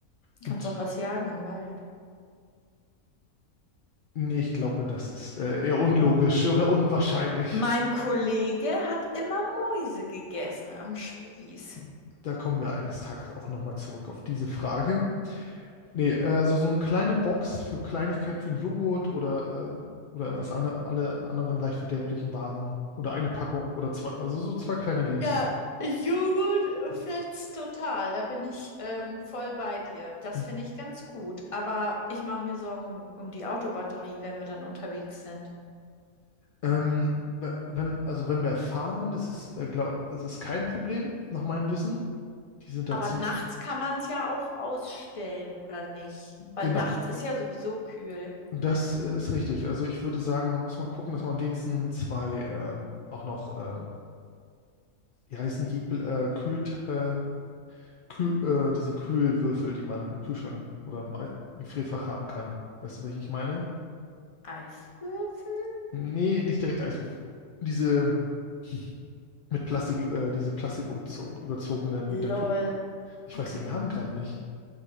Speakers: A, on the left; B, on the left.
A: Und
B: Kannst auch was jagen im Wald.
A: nee, ich glaube, das ist äh, eher unlogisch oder unwahrscheinlich.
B: Mein Kollege hat immer Mäuse gegessen am Spieß.
A: Da kommen wir eines Tages auch nochmal zurück auf diese Frage. Nee, äh, also so eine kleine Box für Kleinigkeiten für einen Joghurt oder, äh, oder was andere, alle anderen leicht verderblichen Waren oder eine Packung oder zwei, also so zwei kleine Lebensmittel.
B: Ja, Joghurt fetzt total. Da bin ich ähm, voll bei dir. Das
A: Fünf.
B: finde ich ganz gut. Aber ich mache mir Sorgen um, um die Autobatterie, wenn wir dann unterwegs sind.
A: Ähm, we- wenn, also wenn wir fahren, ist es, äh, glaub, es ist kein Problem, nach meinem Wissen. Die sind
B: Aber
A: da ziemlich,
B: nachts kann man es ja auch ausstellen, oder nicht? Weil
A: genau,
B: nachts ist ja sowieso kühl.
A: das äh, ist richtig. Also ich würde sagen, man muss mal gucken, dass man wenigstens zwei ähm, auch noch, ähm, wie heißen die, Bl- äh, Kühl, äh, Kühl, äh, diese Kühlwürfel, die man im Kühlschrank oder im Ei- Gefrierfach haben kann. Weißt du, welche ich meine?
B: Eiswürfel?
A: Nee, nicht direkt Eiswürfel. Diese <laughs> mit Plastik, äh, diese Plastik überzogenen mit der
B: Lol,
A: Kühl. Ich
B: okay.
A: weiß den Namen gerade nicht.